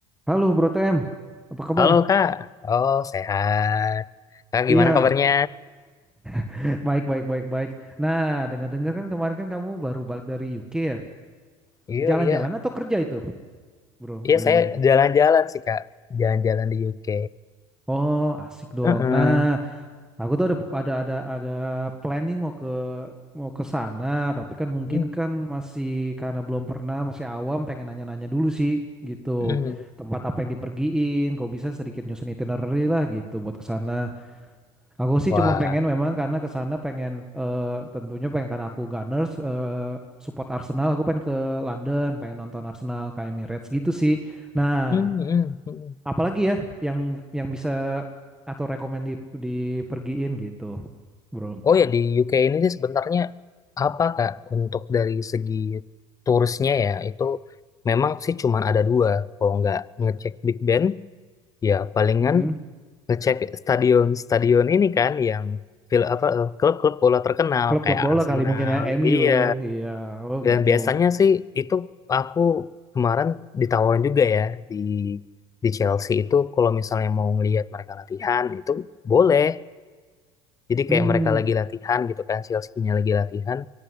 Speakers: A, in the centre; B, on the left.
A: Halo Bro TM, apa kabar?
B: Halo Kak, oh sehat. Kak
A: Iya,
B: gimana kabarnya?
A: <laughs> baik baik baik baik. Nah, dengar-dengar kan kemarin kan kamu baru balik dari UK ya?
B: Iya,
A: Jalan-jalan
B: iya.
A: atau kerja itu, Bro,
B: Iya,
A: by
B: saya
A: the way?
B: jalan-jalan sih Kak. Jalan-jalan di UK.
A: Oh, asik dong.
B: Heeh.
A: Nah, aku tuh ada ada ada ada plan nih mau ke mau ke sana, tapi kan mungkin
B: Hmm,
A: kan masih karena belum pernah, masih awam, pengen nanya-nanya dulu sih gitu.
B: hmm.
A: Tempat apa yang dipergiin, kok bisa sedikit nyusun itinerary lah gitu buat ke sana. Aku sih
B: Wah.
A: cuma pengen memang karena ke sana pengen eh, tentunya pengen karena aku Gunners eh, support Arsenal aku pengen ke London pengen nonton Arsenal ke Emirates gitu sih. Nah,
B: Hmm, hmm, hmm.
A: apalagi ya yang yang bisa atau rekomend di, dipergiin gitu, bro.
B: Oh ya, di UK ini sih sebenarnya apa Kak? Untuk dari segi turisnya ya, itu memang sih cuman ada dua. Kalau nggak ngecek Big Ben, ya palingan
A: Mm-mm.
B: ngecek stadion-stadion ini kan yang fil- apa eh, klub-klub bola terkenal
A: Klub-klub
B: kayak
A: bola
B: Arsenal.
A: kali mungkin ya MU,
B: Iya.
A: iya, oh
B: Dan
A: gitu.
B: biasanya sih itu aku kemarin ditawarin juga ya di di Chelsea itu kalau misalnya mau ngelihat mereka latihan itu boleh. Jadi
A: Hmm,
B: kayak mereka lagi latihan gitu kan Chelsea-nya lagi latihan